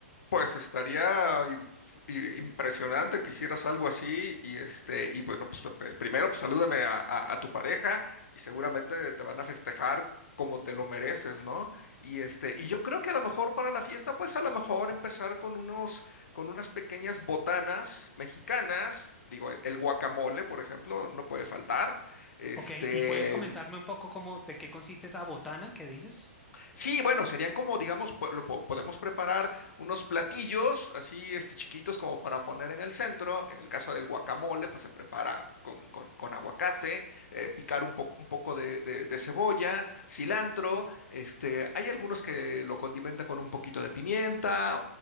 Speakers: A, on the left; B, in the centre.
A: Pues estaría i- i- impresionante que hicieras algo así y este y bueno, pues pe- primero pues salúdame a, a- a tu pareja y seguramente te van a festejar como te lo mereces, ¿no? Y este y yo creo que a lo mejor para la fiesta pues a lo mejor empezar con unos con unas pequeñas botanas mexicanas, digo el, el guacamole, por ejemplo, no puede faltar. Este
B: Ok, ¿y puedes comentarme un poco cómo, de qué consiste esa botana que dices?
A: Sí, bueno, serían como, digamos, po- lo po- podemos preparar unos platillos así, este, chiquitos como para poner en el centro. En el caso del guacamole, pues se prepara con, con- con aguacate, eh, picar un poco, un poco de, de- de cebolla, cilantro. Este, hay algunos que lo condimentan con un poquito de pimienta.